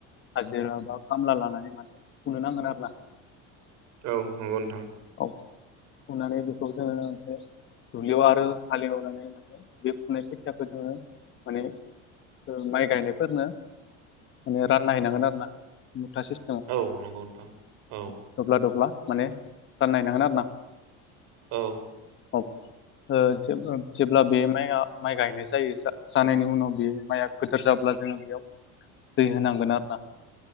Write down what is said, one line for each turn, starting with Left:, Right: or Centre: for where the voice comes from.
Left: हाजिरा बा कामला लानानै माने फुनो नांगोन आरोना।
Right: औ नंगौ नोंथां।
Left: औ। फुनानै बेखौ जोङो ओमफाय दुब्लियाव आरो हालेवनानै माने बे फुनाय खोथियाखौ जोङो माने ओ माइ गायनायफोरनो माने रानना हैनांगोन आरो ना मुथा सिस
Right: औ नंगौ नोंथां औ।
Left: दब्ला दब्ला माने रानना हैनांगोन आरोना।
Right: औ।
Left: औ। ओ जेबो ओ जेब्ला बे माइआ माइ गायनाय जायो जा जानायनि उनाव बे माइआ गोदोर जाब्ला जोङो बेयाव दै होनांगोन आरोना।